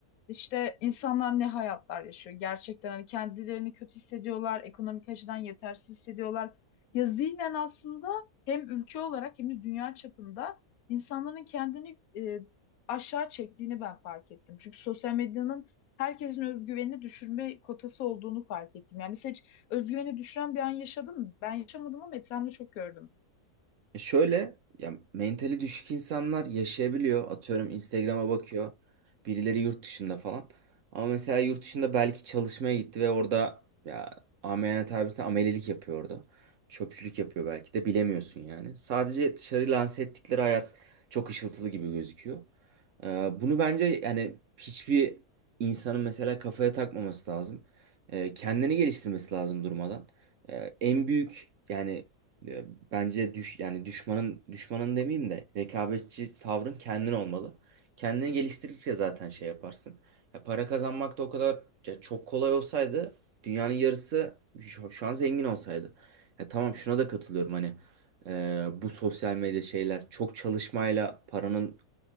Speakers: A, on the left; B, on the right.
A: İşte insanlar ne hayatlar yaşıyor gerçekten hani kendilerini kötü hissediyorlar, ekonomik açıdan yetersiz hissediyorlar. Ya zihnen aslında hem ülke olarak hem de dünya çapında insanların kendini e, aşağı çektiğini ben fark ettim. Çünkü sosyal medyanın herkesin özgüvenini düşürme kotası olduğunu fark ettim. Yani mesela hiç özgüveni düşüren bir an yaşadın mı? Ben yaşamadım ama etrafımda çok gördüm.
B: E Şöyle ya mentali düşük insanlar yaşayabiliyor. Atıyorum Instagram'a bakıyor. Birileri yurt dışında falan. Ama mesela yurt dışında belki çalışmaya gitti ve orada ya ameliyat tabirse amelilik yapıyor orada. Çöpçülük yapıyor belki de bilemiyorsun yani. Sadece dışarı lanse ettikleri hayat çok ışıltılı gibi gözüküyor. Ee, bunu bence yani hiçbir insanın mesela kafaya takmaması lazım. Ee, kendini geliştirmesi lazım durmadan. Ee, en büyük yani e, Bence düş yani düşmanın düşmanın demeyeyim de rekabetçi tavrın kendin olmalı. Kendini geliştirdikçe zaten şey yaparsın. Ya para kazanmak da o kadar ya çok kolay olsaydı dünyanın yarısı şu, şu an zengin olsaydı. Ya tamam şuna da katılıyorum hani e, bu sosyal medya şeyler çok çalışmayla paranın